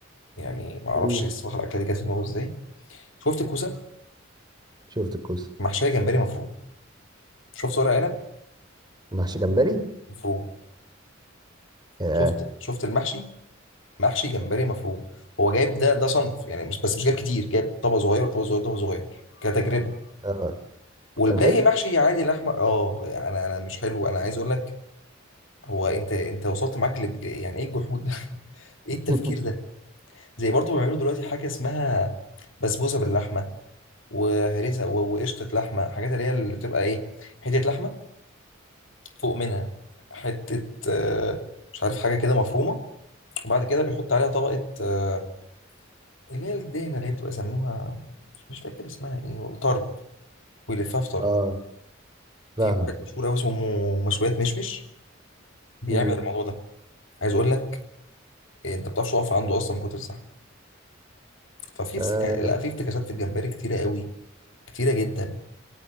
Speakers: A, on the left; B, on the right.
A: يعني ما اعرفش
B: مم،
A: الصراحه الاكله دي جت في دماغه ازاي شفت الكوسه
B: شفت الكوسة
A: محشيه جمبري مفروم شفت ورق عنب
B: محشي جمبري
A: مفروم
B: اه
A: شفت شفت المحشي محشي جمبري مفروم هو جايب ده ده صنف يعني مش بس مش جايب كتير جايب طبق صغير طبق صغير طبق صغير كتجربه
B: آه،
A: والباقي
B: كان حلو
A: محشي عادي لحمه اه انا انا مش حلو انا عايز اقول لك هو انت انت وصلت معاك لج... يعني ايه الجحود ده <laughs> ايه
B: <laughs>
A: التفكير ده زي برضه بيعملوا دلوقتي حاجه اسمها بسبوسه باللحمه وهريسه و- وقشطه لحمه حاجات اللي هي اللي بتبقى ايه حته لحمه فوق منها حته آه، مش عارف حاجه كده مفرومه وبعد كده بيحط عليها طبقه آه، اللي هي الدهنة اللي هي بتبقى سموها مش مش فاكر اسمها ايه والله طرب ويلفها في طرب
B: اه
A: في
B: فاهمك
A: واحد مشهور قوي اسمه مشويات مشمش بيعمل
B: مم.
A: الموضوع ده عايز اقول لك إيه، انت ما بتعرفش تقف عنده اصلا من كتر الزحمه ففي افتكا...
B: آه،
A: لا في افتكاسات في الجمبري كتيره قوي كتيره جدا